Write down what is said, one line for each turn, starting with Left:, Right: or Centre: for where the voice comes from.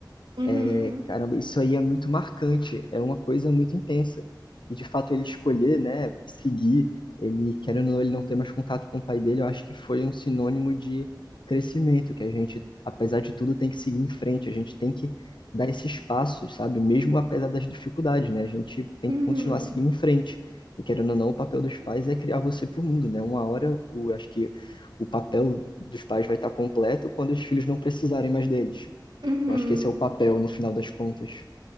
Right: Uhum,
Left: É, caramba, isso aí é muito marcante, é uma coisa muito intensa. E de fato ele escolher, né, seguir, ele querendo ou não, ele não ter mais contato com o pai dele, eu acho que foi um sinônimo de crescimento, que a gente, apesar de tudo, tem que seguir em frente, a gente tem que dar esses passos, sabe? Mesmo apesar das dificuldades, né? A gente tem
Right: uhum,
Left: que continuar seguindo em frente. E querendo ou não, o papel dos pais é criar você para o mundo, né? Uma hora, o, acho que o papel dos pais vai estar completo quando os filhos não precisarem mais deles.
Right: uhum.
Left: Eu acho que esse é o papel no final das contas.